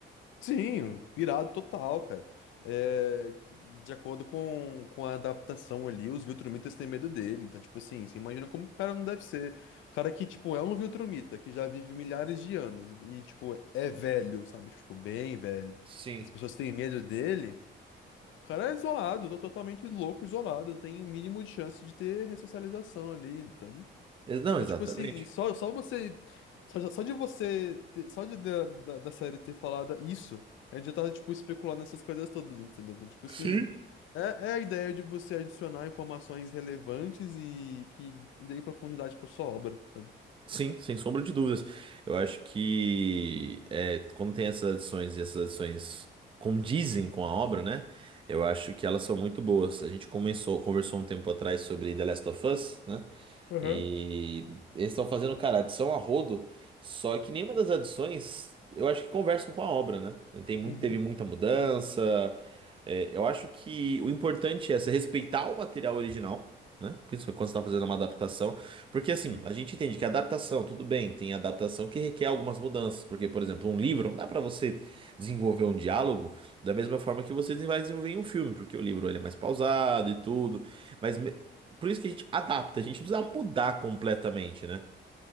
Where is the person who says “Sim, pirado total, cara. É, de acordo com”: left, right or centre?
Left